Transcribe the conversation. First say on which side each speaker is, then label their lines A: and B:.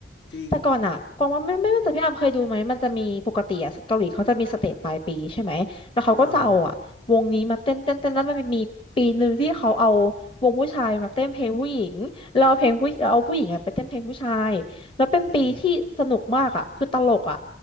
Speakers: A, on the left; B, on the left.
A: จริง
B: แต่ก่อนอ่ะกวางว่าไม่ไม่ไม่แน่ใจพี่อามเคยดูไหมมันจะมีปกติอ่ะเกาหลีเขาจะมีสเตจปลายปีใช่ไหมแล้วเขาก็จะเอาอ่ะวงนี้มาเต้นเต้นเต้นแล้วมันมีปีหนึ่งที่เขาเอา
A: เออ
B: วงผู้ชายมาเต้นเพลงผู้หญิงแล้วเอาเพลงผู้แล้วเอาผู้หญิงอ่ะไปเต้นเพลงผู้ชายแล้วเป็นปีที่สนุกมากอ่ะคือตลกอ่ะ
A: นี่